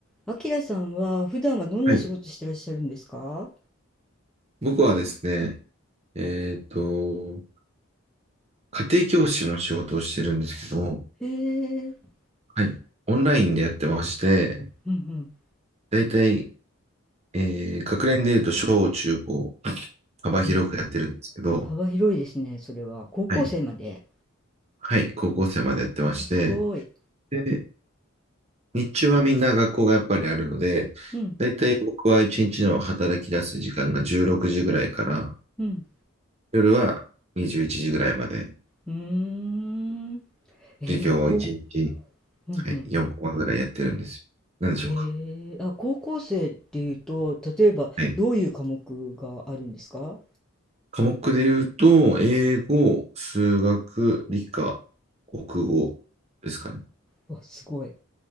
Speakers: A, in the centre; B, on the right.
A: あきらさんは普段はどんな仕事してらっしゃるんですか
B: はい。僕はですね、えっと、家庭教師の仕事をしてるんですけども、
A: へえ、
B: はい。オンラインでやってまして、
A: うんうん。
B: だいたい、えー学年で言うと小中高、幅広くやってるんですけど、
A: え、幅広いですね、それは。高校生まで。
B: はい。はい。高校生までやってまして、
A: わあ、すごい。
B: で、日中はみんな学校がやっぱりあるので、
A: うん、
B: だいたい僕は一日の働き出す時間が16時ぐらいから、
A: うん。
B: 夜は21時ぐらいまで、
A: うーん。えでも、
B: 授業を一日、
A: こう、うんうん。
B: はい、4コマぐらいやってるんですよ。何でしょうか
A: へえ、あ、高校生っていうと、例えば、
B: はい。
A: どういう科目があるんですか
B: 科目で言うと、英語、数学、理科、国語ですかね。
A: わ、すごい。